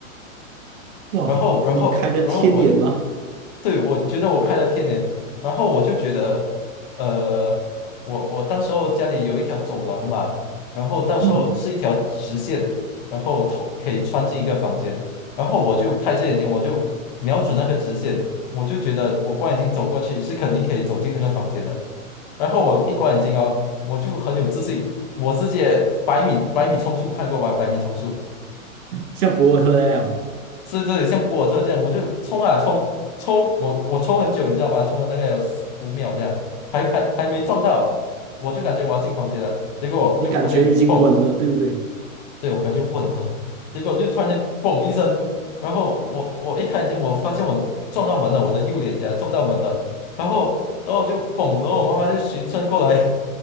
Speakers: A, on the right; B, on the left.
A: 哇，
B: 然后，然后，
A: 你开了天眼吗？
B: 然后我，对，我觉得我开了天眼，然后我就觉得，呃，我我当时候家里有一条走廊嘛，然后当时候是一条直线，
A: 嗯，
B: 然后头可以穿进一个房间，然后我就开着眼睛，我就瞄准那个直线，我就觉得我光眼睛走过去是肯定可以走进那个房间的，然后我一关眼睛哦，我就很有自信，我直接百米百米冲刺看过吧，百米冲刺，
A: 像博尔特那样。
B: 是这里像博尔特这样，我就冲啊冲冲，我我冲很久，你知道吗？冲了大概有十五秒这样，还还还没撞到，我就感觉我要进房间了，结果我就突然间嘣，
A: 你感觉已经稳了，对不对？
B: 对我感觉稳了，结果就突然间嘣一声，然后我我一开眼睛，我发现我撞到门了，我的右脸颊撞到门了，然后然后我就嘣，然后我妈妈就循声过来，